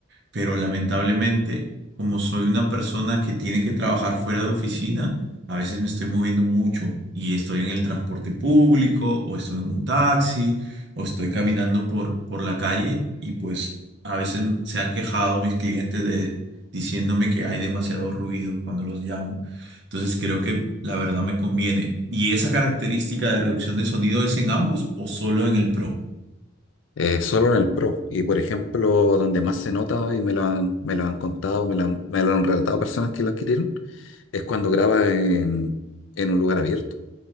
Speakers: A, on the right; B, on the left.
A: pero lamentablemente, como soy una persona que tiene que trabajar fuera de oficina, a veces me estoy moviendo mucho y estoy en el transporte público o estoy en un taxi o estoy caminando por, por la calle y pues a veces se han quejado mis clientes de diciéndome que hay demasiado ruido cuando los llamo. Entonces creo que la verdad me conviene. ¿Y esa característica de reducción de sonido es en ambos o solo en el Pro?
B: Eh, solo en el Pro. Y por ejemplo, donde más se nota, y me lo han, me lo han contado, me lo han, me lo han relatado personas que lo adquirieron, es cuando graba en, en un lugar abierto,